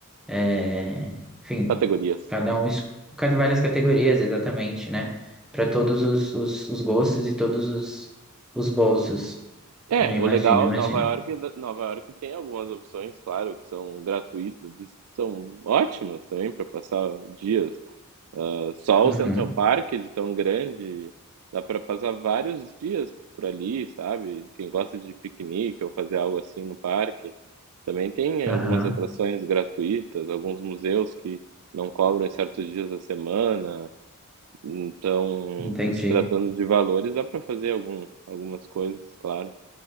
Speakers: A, in the centre; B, on the right (about 75°).
A: é, enfim,
B: categorias.
A: cada um, es- cada várias categorias, exatamente, né? Para todos os, os, os gostos e todos os, os bolsos.
B: É,
A: Eu imagino,
B: o legal,
A: imagino.
B: Nova York, Nova York tem algumas opções, claro, que são gratuitas e são ótimas também para passar dias. Ah, Só
A: Uhum,
B: o Central Park de tão grande, dá para passar vários dias por ali, sabe? Quem gosta de piquenique ou fazer algo assim no parque. Também tem eh,
A: aham,
B: algumas atrações gratuitas, alguns museus que não cobram em certos dias da semana. Então,
A: entendi.
B: se tratando de valores, dá para fazer algum, algumas coisas, claro.